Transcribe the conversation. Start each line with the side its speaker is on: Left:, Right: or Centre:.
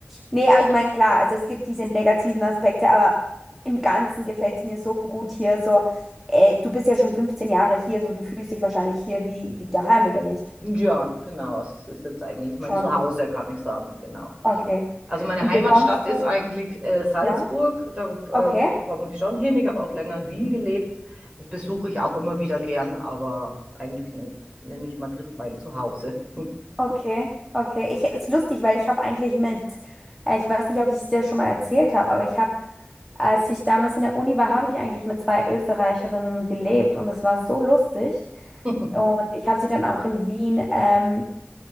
Centre: Nee, aber ich meine, klar, also es gibt diese negativen Aspekte, aber im Ganzen gefällt es mir so gut hier. So, äh, du bist ja schon 15 Jahre hier, so du fühlst dich wahrscheinlich hier wie, wie daheim, oder nicht?
Right: Ja, genau. Also es ist jetzt eigentlich mein
Centre: Schon.
Right: Zuhause, kann ich sagen. Genau.
Centre: Okay.
Right: Also meine
Centre: Und
Right: Heimatstadt
Centre: bekommst
Right: ist
Centre: du,
Right: eigentlich äh, Salzburg.
Centre: ja?
Right: Da äh,
Centre: Okay,
Right: komme ich schon hin. Ich habe auch länger in Wien gelebt. Das besuche ich auch immer wieder gern, aber eigentlich ne, nenne ich Madrid mein Zuhause.
Centre: okay, okay. Ich, ist lustig, weil ich habe eigentlich mit, äh, ich weiß nicht, ob ich es dir schon mal erzählt habe, aber ich habe, als ich damals in der Uni war, habe ich eigentlich mit zwei Österreicherinnen gelebt und es war so lustig.
Right: <laughs>
Centre: Und ich habe sie dann auch in Wien ähm,